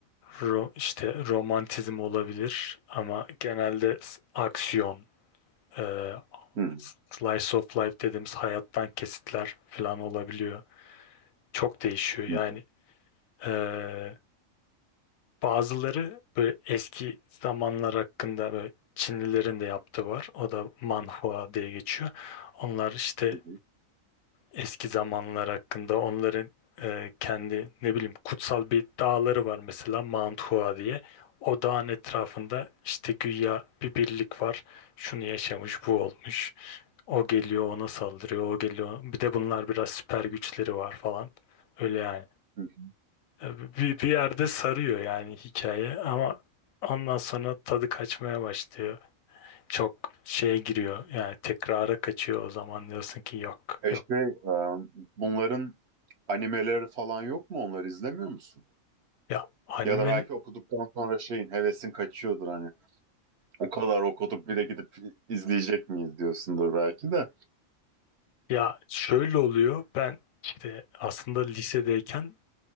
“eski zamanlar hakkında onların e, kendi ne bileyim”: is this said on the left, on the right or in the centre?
Left